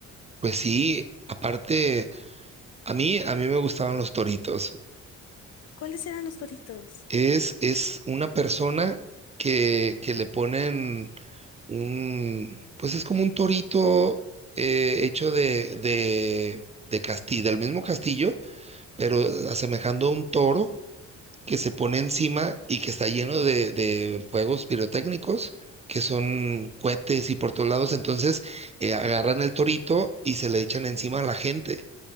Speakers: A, on the right (about 20°); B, on the left (about 55°).
A: Pues sí, aparte, a mí, a mí me gustaban los toritos.
B: ¿Cuáles eran los doritos?
A: Es, es una persona que, que le ponen un, pues es como un torito eh, hecho de, de, de castillo, del mismo castillo, pero asemejando a un toro que se pone encima y que está lleno de, de fuegos pirotécnicos, que son cohetes y por todos lados. Entonces eh, agarran el torito y se le echan encima a la gente.